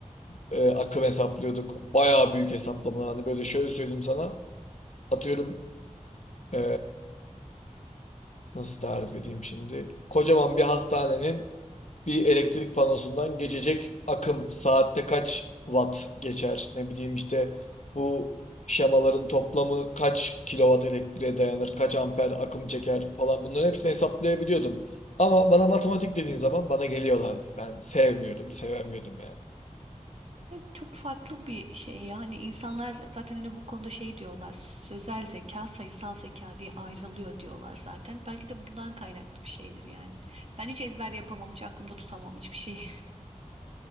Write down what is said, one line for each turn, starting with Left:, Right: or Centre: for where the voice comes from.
Left: e, akım hesaplıyorduk. Bayağı büyük hesaplamalar. Hani böyle şöyle söyleyeyim sana. Atıyorum e, nasıl tarif edeyim şimdi? Kocaman bir hastanenin bir elektrik panosundan geçecek akım saatte kaç watt geçer? Ne bileyim işte bu şemaların toplamı kaç kilowatt elektriğe dayanır, kaç amper akım çeker falan bunların hepsini hesaplayabiliyordum. Ama bana matematik dediğin zaman bana geliyorlardı. Ben sevmiyordum, sevemiyordum yani.
Right: Yani çok farklı bir şey yani insanlar zaten hani bu konuda şey diyorlar sözel zeka sayısal zeka diye ayrılıyor diyorlar zaten belki de bundan kaynaklı bir şeydir yani ben hiç ezber yapamam hiç aklımda tutamam hiçbir şeyi